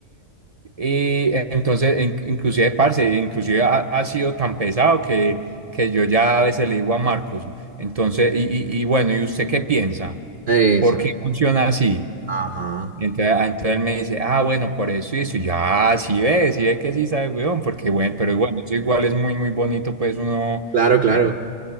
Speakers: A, on the right; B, on the right.
A: Y eh, entonces, in- inclusive, parce, inclusive ha, ha sido tan pesado que, que yo ya a veces le digo a Marcos, entonces, y, y, y bueno, ¿y usted qué piensa?
B: esa.
A: ¿Por qué funciona así?
B: Ajá.
A: Y entonces, ah, entonces él me dice, ah, bueno, por eso y eso. Y yo, ah, sí ve, sí ve que sí sabe, weón, porque bueno, pero bueno, eso igual es muy, muy bonito, pues uno,
B: Claro, claro.
A: eh,